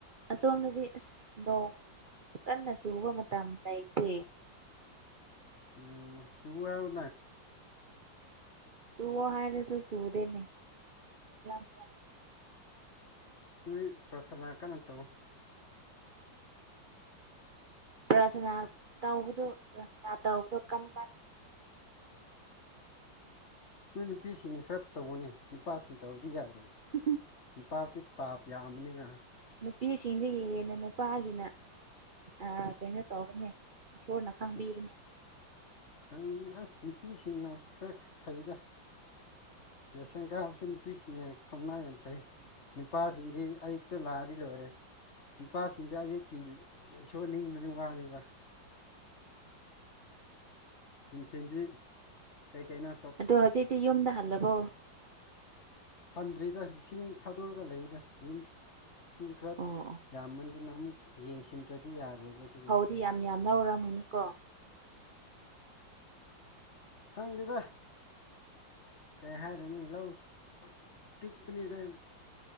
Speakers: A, on the right; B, on the left.
A: ꯑꯁꯣꯝꯗꯗꯤ ꯑꯁ ꯅꯣꯡ ꯀꯟꯅ ꯆꯨꯕ ꯃꯇꯝ ꯂꯩꯇꯦ
B: ꯎꯝ ꯆꯨꯋꯣ <inaudible>
A: ꯆꯨꯋꯣ ꯍꯥꯏꯔꯁꯨ ꯆꯨꯗꯦꯅꯦ ꯂꯝ ꯌꯥꯝ
B: ꯅꯣꯏ ꯄ꯭ꯔꯊꯅꯥ ꯀꯟꯅ ꯇꯧ
A: ꯄ꯭ꯔꯊꯅꯥ ꯇꯧꯕꯗꯣ ꯄ꯭ꯔꯊꯅꯥ ꯇꯧꯕꯗꯣ ꯀꯟꯃꯟ
B: ꯅꯣꯏ ꯅꯨꯄꯤꯁꯤꯡꯅ ꯈꯔ ꯇꯧꯋꯣꯅꯦ ꯅꯨꯄꯥꯁꯤꯡꯅ ꯇꯧꯕꯗꯤ ꯌꯥꯔꯣꯏ
A: <unintelligible>
B: ꯅꯨꯄꯥꯗꯤ ꯄꯥꯞ ꯌꯥꯝꯕꯅꯤꯅ
A: ꯅꯨꯄꯤꯁꯤꯡꯗꯒꯤ ꯍꯦꯟꯅ ꯅꯨꯄꯥꯒꯤꯅ ꯑ ꯀꯩꯅꯣ ꯇꯧꯕꯅꯦ ꯏꯁꯣꯔꯅ ꯈꯪꯕꯤꯕꯅꯦ
B: ꯏꯁ <inaudible> ꯑꯁ ꯅꯨꯄꯤꯁꯤꯡꯅ ꯈꯔ ꯐꯩꯗ ꯌꯥꯎꯁꯪꯒ ꯍꯥꯎꯁꯤ ꯅꯨꯄꯤꯁꯤꯡꯅ ꯊꯧꯅꯥ ꯌꯥꯝ ꯐꯩ ꯅꯨꯄꯥꯁꯤꯡꯗꯤ ꯑꯌꯨꯛꯇ ꯂꯥꯛꯔꯗꯤ ꯂꯣꯏꯔꯦ ꯅꯨꯄꯥꯁꯤꯡꯗꯤ ꯑꯌꯨꯛꯀꯤ ꯏꯁꯣꯔ ꯅꯤꯡꯕꯗꯤ ꯋꯥꯔꯤꯕ ꯅꯨꯡꯊꯤꯜꯗꯤ ꯀꯩꯀꯩꯅꯣ
A: ꯑꯗꯣ ꯍꯧꯖꯤꯛꯇꯤ ꯌꯨꯝꯗ ꯍꯜꯂꯕꯣ
B: ꯍꯟꯗ꯭ꯔꯤꯗ ꯏꯁꯤꯡ ꯊꯛꯔꯒ ꯂꯩꯔꯤꯗ ꯌꯨꯝ ꯏꯁꯤꯡ ꯈꯔ
A: ꯑꯣ ꯑꯣ
B: ꯌꯥꯝꯃꯟꯗꯨꯅ ꯑꯃꯨꯛ ꯌꯦꯡꯁꯤꯟꯗ꯭ꯔꯗꯤ ꯌꯥꯔꯣꯏꯕ ꯑꯗꯨꯒꯤ
A: ꯑꯗꯨꯗꯤ ꯌꯥꯝ ꯌꯥꯝ ꯂꯧꯔꯕꯅꯤꯀꯣ
B: ꯈꯪꯗꯦꯗ ꯀꯩ ꯍꯥꯏꯔꯨꯅꯤ ꯂꯧ ꯄꯤꯛꯄꯅꯤꯗ